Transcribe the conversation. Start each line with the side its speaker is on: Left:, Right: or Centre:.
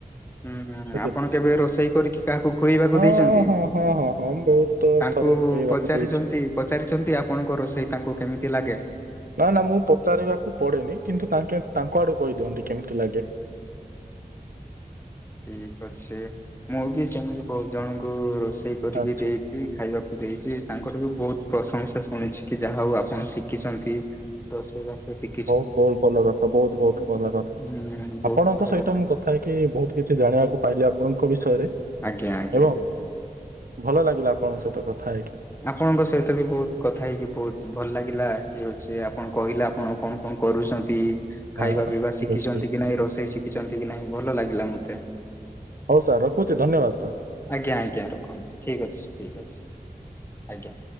Left: ହୁଁ ହୁଁ
Right: ବୁଝିଲେ।
Left: ଆପଣ କେବେ ରୋଷେଇ କରିକି କାହାକୁ ଖୋ ଇବାକୁ
Right: ହଁ,
Left: ଦେଇଛନ୍ତି?
Right: ହଁ, ହଁ, ହଁ, ହଁ ମୁଁ ବହୁତ
Left: ତାଙ୍କୁ
Right: ଥର କହିବାକୁ
Left: ପଚାରିଛନ୍ତି
Right: ଦେଇଛି।
Left: ପଚାରିଛନ୍ତି ଆପଣଙ୍କର ରୋଷଇ ତାଙ୍କୁ କେମିତି ଲାଗେ?
Right: ନା ନା ମୁଁ ପଚାରିବାକୁ ପଡେନି କିନ୍ତୁ ତାଙ୍କେ ତାଙ୍କ ଆଡୁ କହିଦିଅନ୍ତି କେମିତି ଲାଗେ।
Left: ଠିକ ଅଛି ମୁଁ ବି ସେମିତି ବହୁତ ଜଣଙ୍କୁ ରୋଷେଇ କରିକି
Right: ଆଚ୍ଛା
Left: ଦେଇଛି। ଖାଇବାକୁ ଦେଇଛି ତାଙ୍କଠୁ ବି ବହୁତ ପ୍ରଶଂସା ଶୁଣିଛି କି ଯାହା ହଉ ଆପଣ ଶିଖିଛନ୍ତି। ରୋଷନ ଗାସନିକ <unintelligible>
Right: ବହୁତ ବହୁତ ଭଲ କଥା ବହୁତ
Left: ହୁଁ
Right: ବହୁତ ଭଲ କଥା
Left: ବହୁତ
Right: ଆପଣଙ୍କ
Left: ଭଲ
Right: ସହିତ
Left: କଥା।
Right: ମୁଁ କ ଥାା ହେଇକିି ବହୁତ କିଛି ଜାଣିବାକୁ ପାଇଲି ଆପଣଙ୍କ ବିଷୟରେ।
Left: ଆଜ୍ଞା ଆଜ୍ଞା।
Right: ଏବଂ ଭଲ ଲାଗିଲା ଆପଣଙ୍କ ସହିତ କଥା ହେଇକି।
Left: ଆପଣଙ୍କ ସହିତ ବି ବହୁତ କଥା ହେଇକି ବହୁତ ଭଲ ଲାଗିଲା କି ଅଛି ଆପଣ କହିଲେ ଆପଣ କଣ କଣ କରୁଛନ୍ତି।
Right: ହଁ
Left: ଖାଇବା
Right: ହଁ,
Left: ପିଇବା
Right: ଠିକ୍
Left: ଶିଖିଛନ୍ତି
Right: ଅଛି ଠିକ୍ ଅଛି।
Left: କି ନାଇଁ ରୋଷେଇ ଶିଖିଛନ୍ତି କି ନାଇଁ ଭଲ ଲାଗିଲା ମତେ।
Right: ହଉ ସାର୍ ରଖୁଛି ଧନ୍ୟବାଦ ସାର୍।
Left: ଆଜ୍ଞା ଆଜ୍ଞା ରଖନ୍ତୁ ଠିକ୍ ଅଛି ଠିକ୍ ଅଛି ଆଜ୍ଞା।